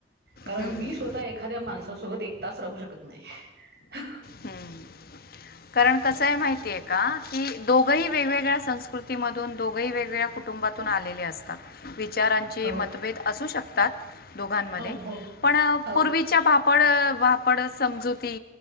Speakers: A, on the right; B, on the left.
A: कारण
B: हम्म,
A: मी स्वतः एखाद्या माणसासो सोबत एक तास राहू शकत नाही.
B: हम्म. कारण कसय माहितीय का, की दोघही वेगवेगळ्या संस्कृतीमधून,, दोघही वेगवेगळ्या कुटुंबातून,, आलेले असतात, चारांचे
A: हो
B: मतभेद असू शकतात,, दोघांमध्ये,
A: हो हो
B: पणऽ
A: हो
B: पूर्वीच्याऽऽ ड वापड समजुती,,